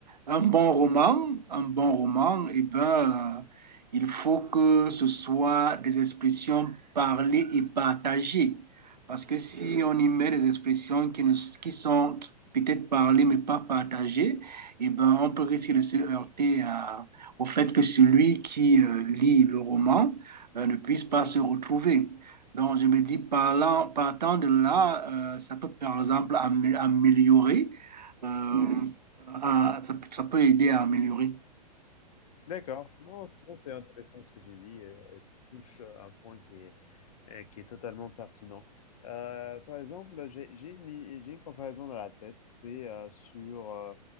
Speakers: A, on the right; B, on the left.
A: un bon roman, un bon roman, eh ben, euh, il faut que ce soit des expressions parlées et partagées. Parce que si on y met des expressions qui, ne, qui sont qui peut-être parlées mais pas partagées, eh ben, on peut risquer de se heurter à- au fait que celui qui euh, lit le roman euh, ne puisse pas se retrouver. Donc, je me dis, parlant, partant de là, euh, ça peut par exemple amé- améliorer euh, à- ça, ça peut aider à améliorer.
B: D'accord. Non, non, c'est intéressant ce que tu dis. et- et tu touches un point qui est euh, qui est totalement pertinent. Euh, par exemple, j'ai j'ai une, j'ai une comparaison dans la tête. C'est euh, sur, euh,